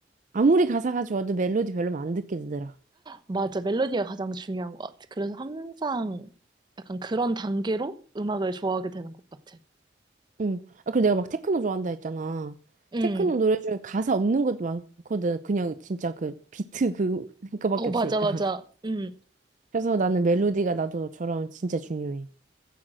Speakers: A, on the right (about 45°); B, on the right (about 25°).
A: 아무리 가사가 좋아도 멜로디 별로면 안 듣게 되더라.
B: 맞아. 멜로디가 가장 중요한 것 같아. 그래서 항상 약간 그런 단계로 음악을 좋아하게 되는 것 같아.
A: 응. 아, 그리고 내가 막 테크노 좋아한다 했잖아.
B: 응,
A: 테크노 노래 중에 가사 없는 것도 많거든. 그냥 진짜 그 비트 그, <laughs> 그거밖에
B: 어, 맞아,
A: 없으니까.
B: 맞아. 응.
A: 그래서 나는 멜로디가 나도 너처럼 진짜 중요해.